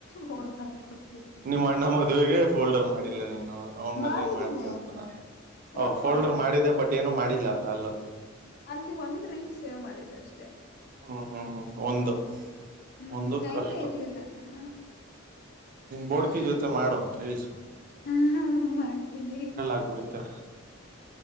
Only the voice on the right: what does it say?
ನಿಮ್ಮ ಅಣ್ಣ ಮದುವೆಗೆ ಫೋಲ್ಡರ್ ಮಾಡಿಲ್ಲ ನೀನು ಅವನ್ ಮದೆ
ಮಾಡ್ತ ಅಂತ ನಾನು
ಫೋಲ್ಡರ್
ಮಾಡಿದೆ ಬಟ್ ಏನು ಮಾಡಿಲ್ಲ ಅಲ್ಲ ಅಲ್ಲ
ಹ್ಮ್ ಹ್ಮ್ ಹ್ಮ್ ಒಂದು
ಒಂದು
ಕಷ್ಟ
ಬೋಡ್ಕಿ ಜೊತೆ ಮಾಡೋ ರೀಲ್ಸ
ಆಗ್ಬಿಡುತ್ತೆ